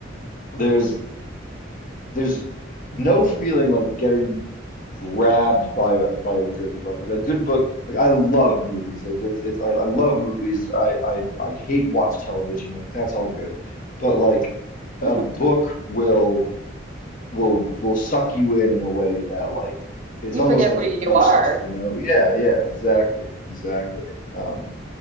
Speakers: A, on the left; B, on the right.
A: there's. there's no feeling like getting grabbed by a, by a good book. Like a good book, like I love movies. Like it's it's I, I
B: Mhm.
A: love movies. I, I I hate watch television. Like that's all good. But like a
B: <laughs>
A: book will will will suck you in in a way that like it's
B: You
A: almost
B: forget
A: like
B: where
A: hypnosis,
B: you are.
A: you know? Yeah, yeah, exactly. Exactly. Um